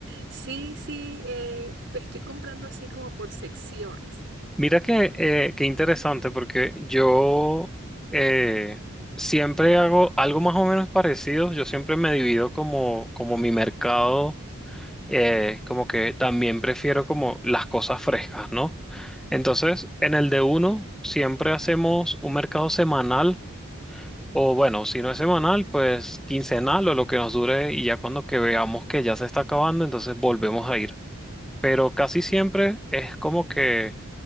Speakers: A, on the right (about 55°); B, in the centre.
A: sí, sí, eh, estoy comprando así como por secciones.
B: Mira que, eh, qué interesante, porque yo eh, siempre hago algo más o menos parecido. Yo siempre me divido como, como mi mercado, eh, como que también prefiero como las cosas frescas, ¿no? Entonces, en el de uno siempre hacemos un mercado semanal, o bueno, si no es semanal, pues quincenal o lo que nos dure, y ya cuando que veamos que ya se está acabando, entonces volvemos a ir. Pero casi siempre es como que